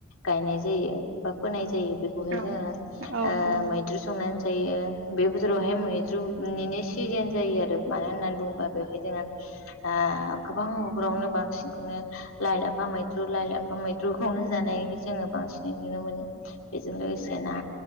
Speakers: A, on the left (about 80°); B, on the right (about 75°).
A: गायनाय जायो। बा फोनाय जायो बेखौहाय
B: औ
A: जोङो
B: औ
A: ओ
B: नंगौ
A: मै मैद्रु संनानै जायो। बे बोथोरावहाय मैद्रुनिनो सिजेन जायो आरो। मानो होननानै बुङोबा बेवहाय जोङो ओ गोबां न'खरावनो बांसिनखौनो लाइ लाफा मैद्रु लाइ लाफा मैद्रुखौनो जानायखो जोङो बांसिनै नुनो मोनो। बेजों लोगोसे ना